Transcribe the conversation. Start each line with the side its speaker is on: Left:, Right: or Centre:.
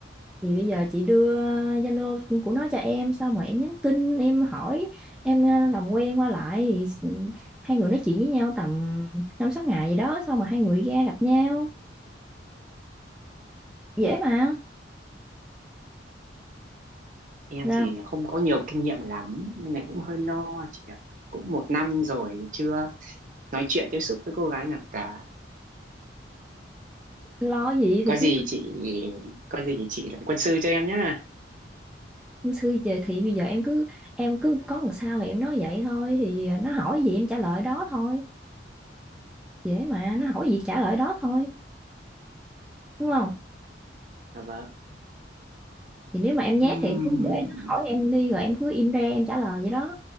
Centre: thì bây giờ chị đưa Zalo của nó cho em xong rồi em nhắn tin em hỏi em ờ, làm quen qua lại thì s- hai người nói chuyện với nhau tầm năm sáu ngày gì đó xong mà hai người ra gặp nhau dễ mà
Right: em
Centre: Sao?
Right: thì không có nhiều kinh nghiệm lắm nên này cũng hơi lo chị ạ cũng một năm rồi chưa nói chuyện tiếp xúc với cô gái nào cả
Centre: lo gì thì
Right: có gì
Centre: cứ
Right: chị có gì chị làm quân sư cho em nhá
Centre: xưa giờ thì bây giờ em cứ em cứ có làm sao thì em nói vậy thôi thì ờ, nó hỏi gì em trả lời đó thôi dễ mà nó hỏi gì trả lời đó thôi đúng không
Right: dạ vâng
Centre: thì nếu mà em nhát
Right: Ừm,
Centre: thì em cứ để nó hỏi em đi rồi em cứ im re em trả lời vậy đó